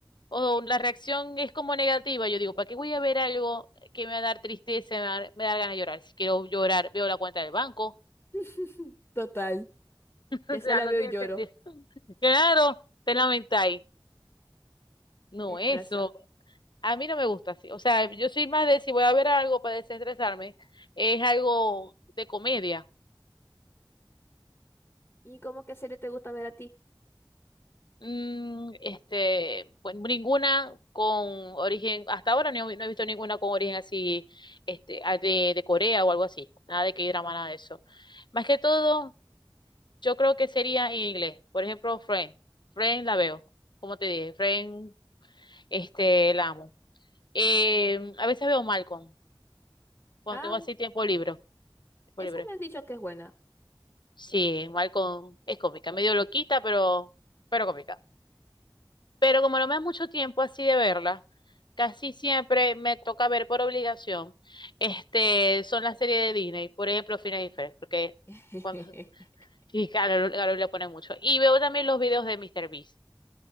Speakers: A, on the left; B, on the left.
A: o la reacción es como negativa. Yo digo, ¿para qué voy a ver algo que me va a dar tristeza, me va a dar, me va a dar ganas de llorar? Si quiero llorar, veo la cuenta del banco.
B: <laughs> Total,
A: <laughs>
B: ya
A: O
B: esa
A: sea,
B: la
A: no
B: veo
A: tiene
B: y lloro.
A: sentido. Claro, te lamentáis. No,
B: Tienes
A: eso.
B: razón.
A: A mí no me gusta así. O sea, yo soy más de si voy a ver algo para desestresarme, es algo de comedia.
B: ¿Y cómo qué serie te gusta ver a ti?
A: Mm, este, bueno, ninguna con origen, hasta ahora no, he no he visto ninguna con origen así, este, ah, de, de Corea o algo así. Nada de que drama, nada de eso. Más que todo, yo creo que sería en inglés. Por ejemplo, Friends. Friends la veo. Como te dije, Friends, este, la amo. Eh, a veces veo Malcolm, cuando
B: Ah,
A: tengo así tiempo libre. Tiempo
B: esa
A: libre.
B: me han dicho que es buena.
A: Sí, Malcolm es cómica, medio loquita, pero, pero cómica. Pero como no me da mucho tiempo así de verla, casi siempre me toca ver por obligación, este, son las series de Disney, por ejemplo, Phineas y Ferb, porque
B: <laughs>
A: cuando, <laughs> sí, Carol, Carol le pone mucho. Y veo también los videos de Mr. Beast